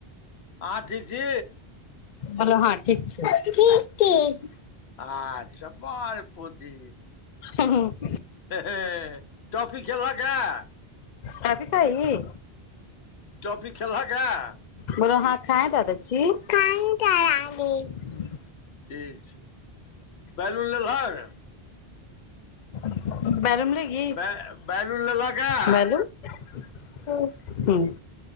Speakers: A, on the left; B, on the left.
A: आहँ ठीक छी
B: हलो हँ ठीक छै ठीक
A: आछ बाहरे पोती
B: हँ हँ
A: हे हे टाॅफी खेलहक ए
B: टॉफी खायी
A: टॉफी खेलहक ए
B: बोलो हा खाए दादा जी खाए दादा जी
A: ठीक छै बैलून लेलहक
B: <inaudible> बैलून लेगी
A: बै बैलून लेलहक ए
B: बैलून हू